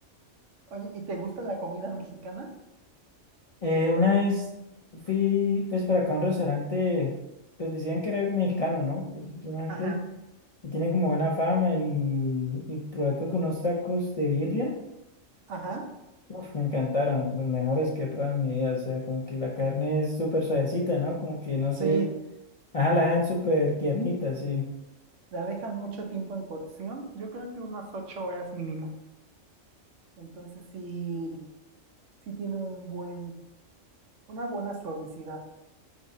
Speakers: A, on the right; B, on the left.
A: Oye, ¿y te gusta la comida mexicana?
B: Eh, una vez fui pues para acá a un restaurante, pues decían que era mexicano, ¿no? Pues, Yo no sé
A: Ajá,
B: qué. y tiene como buena fama y, y probé creo unos tacos de birria.
A: ajá,
B: Uf, me encantaron, los mejores que he probado en mi vida. O sea, como que la carne es súper suavecita, ¿no? Como que no
A: sí.
B: sé. Ajá, la dejan súper tiernita, sí.
A: La dejan mucho tiempo en cocción, yo creo que unas ocho horas mínimo. Entonces sí, sí tiene un buen, una buena suavicidad.